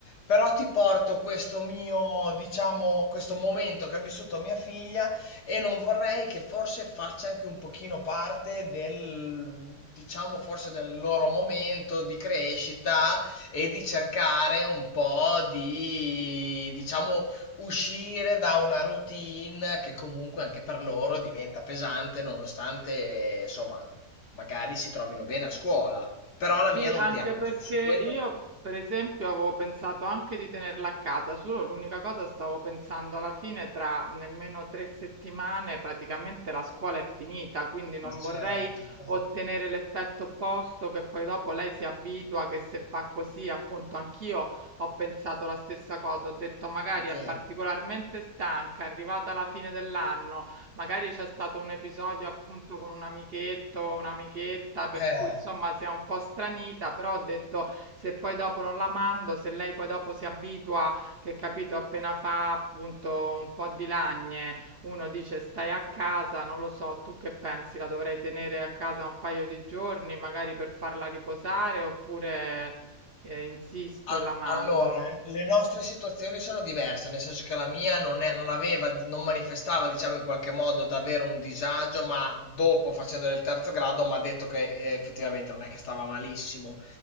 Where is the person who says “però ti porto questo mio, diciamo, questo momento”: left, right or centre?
Left